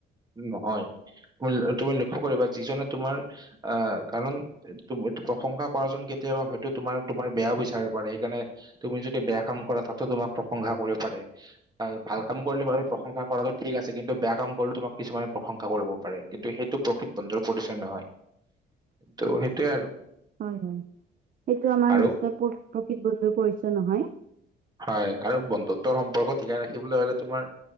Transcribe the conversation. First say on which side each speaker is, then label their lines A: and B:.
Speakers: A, on the right; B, on the right.
A: নহয়। তুমি লক্ষ্য কৰিবা যিজনে তোমাৰ কাৰণ তম প্ৰশংসা কৰা জন কেতিয়াবা হয়তো তোমাৰ তোমাৰ বেয়া বিচাৰিব পাৰে সেইকাৰণে তুমি যদি বেয়া কাম কৰা তাতো তোমাক প্ৰশংসা কৰিব পাৰে। ভাল কাম কৰিলে বাৰু প্ৰশংসা কৰাটো ঠিক আছে কিন্তু বেয়া কাম কৰিলে তোমাক কিছুমানে প্ৰশংসা কৰিব পাৰে কিন্তু সেইটো বন্দধৰ পৰিছে নহয়। প্ৰকৃত বন্ধু পৰিচয় নহয়।
B: <unintelligible>
A: তু সেইটোৱে আৰু।
B: হয় হয়, সেইটো আমাৰ
A: আৰু
B: নিশ্চয় প্ৰ প্ৰকৃত বন্ধুৰ পৰিচয় নহয়।
A: হয় আৰু বন্ধুত্বৰ সম্পৰ্ক ঠিকেই ৰাখিবলৈ হলে তোমাৰ